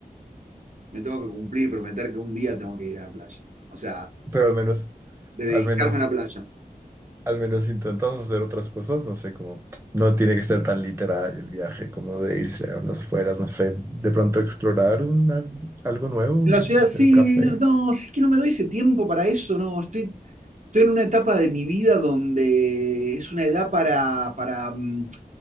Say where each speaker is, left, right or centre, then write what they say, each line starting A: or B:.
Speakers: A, on the right (about 55°); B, on the right (about 15°).
A: me tengo que cumplir, prometer que un día tengo que ir a la playa. O sea,
B: Pero al menos,
A: de dedicarme
B: al menos,
A: a la playa.
B: al menos intentas hacer otras cosas. No sé, como no tiene que ser tan literal el viaje, como de irse a las afueras, no sé, de pronto explorar una- algo nuevo, un-
A: En la ciudad
B: no sé,
A: sí,
B: un café.
A: no, no, es que no me doy ese tiempo para eso, no, estoy Estoy en una etapa de mi vida donde es una edad para, para, mm,